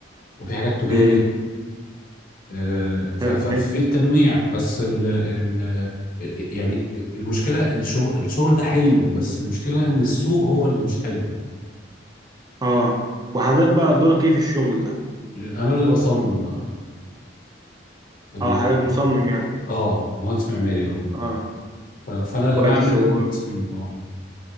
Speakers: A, on the left; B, on the right.
A: وفي حاجات تجاري
B: امم
A: آه، ف-
B: حلو
A: ففي
B: انت
A: تنويع بس ال ال يعني المشكله الشغل الشغل ده حلو بس المشكله ان السوق هو اللي مش حلو
B: اه وحضرتك بقى دورك ايه في الشغل ده؟
A: انا اللي بصمم بقى ال-
B: اه حضرتك مصمم يعني
A: اه مهندس معماري اه
B: اه
A: ف- فانا اللي
B: كويس
A: بعمل
B: و...
A: التصميم اه